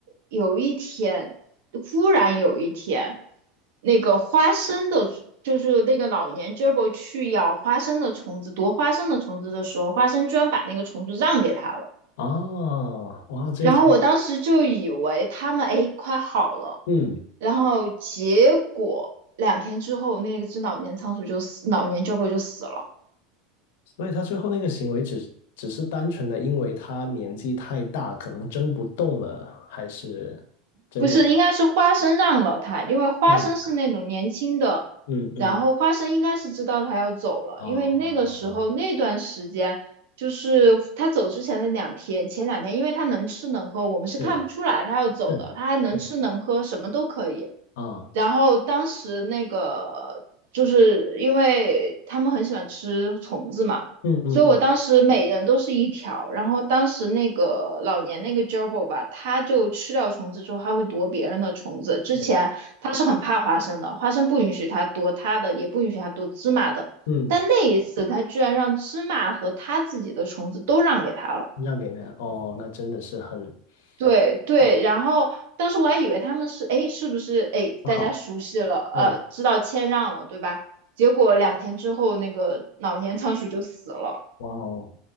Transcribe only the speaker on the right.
有一天，忽然有一天，那个花生的，就是那个老年 g e r b i 去咬花生的虫子，夺花生的虫子的时候，花生居然把那个虫子让给他了。
然后我当时就以为他们哎快好了，
然后结果两天之后，那只老年仓鼠就死，老年 g e r b i 就死了。
不是，应该是花生让了他，因为花生是那种年轻的，
然后花生应该是知道他要走了，
因为那个时候那段时间就是他走之前的两天，前两天，因为他能吃能喝，我们是看不出来他要走的，
他还能吃能喝，
什么都可以。
然后当时那个就是因为他们很喜欢吃虫子嘛，
所以我当时每人都是一条。然后当时那个老年那个 gerbil 吧，他就吃掉虫子之后，还会夺别人的虫子。之前他是很怕花生的，
花生不允许他夺他的，也不允许他夺芝麻的。
但那一次，他居然让芝麻和他自己的虫子都让给他了。
对对，
然后当时我还以为他们是，哎，是不是，哎，
大家熟悉了，呃，
知道谦让了，对吧？结果两天之后，那个老年仓鼠就死了，